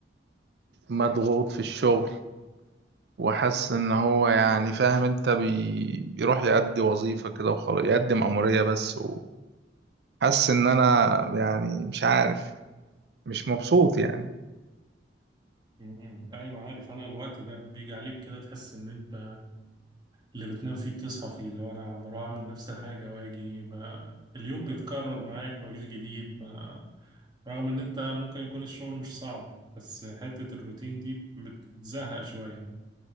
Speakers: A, on the right; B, on the right.
A: مضغوط في الشغل وحاسس ان هو يعني فاهم انت بي... بيروح يأدي وظيفة كده وخلاص يقدم مأمورية بس وحاسس ان انا يعني مش عارف مش مبسوط يعني
B: مم. ايوه عارف انا الوقت ده بيجي عليك كده تحس ان انت اللي بتنام فيه بتصحى فيه اللي هو انا بروح اعمل نفس الحاجه واجي بقى اليوم بيتكرر معاك مفيش جديد ما رغم ان انت ممكن يكون الشغل مش صعب بس حته الروتين دي بتزهق شويه